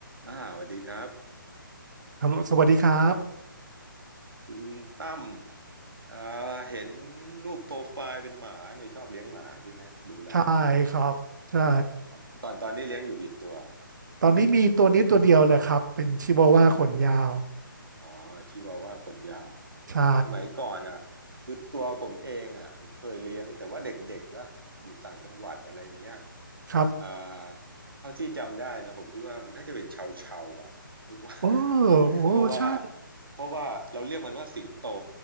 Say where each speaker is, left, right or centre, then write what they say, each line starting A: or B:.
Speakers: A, on the right; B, on the right.
A: อ่าสวัสดีครับ
B: ฮัลโหลสวัสดีครับ
A: คุณตั้มอ่าเห็นรูปโปรไฟล์เป็นหมาเนี่ยชอบเลี้ยงหมาใช่ไหมดูแล้วเนี่ย
B: ใช่ครับใช่
A: อ๋อตอนตอนนี้เลี้ยงอยู่กี่ตัว
B: ตอนนี้มีตัวนี้ตัวเดียวเลยครับ เป็นชิวาว่าขนยาว
A: อ๋อชิวาว่าขนยาว
B: ใช่
A: สมัยก่อนอ่ะคือตัวผมเองอ่ะผมเคยเลี้ยงแต่ว่าเด็กๆแล้วอยู่ต่างจังหวัดอะไรอย่างเงี้ย
B: ครับ
A: อ่าเท่าที่จำได้นะผมคิดว่ามันน่าจะเป็นชาวชาวอ่ะเพราะว่า
B: โอ้
A: <laughs>
B: โอ้ใช่
A: เพราะว่าเพราะว่าเราเรียกมันว่าสิงโต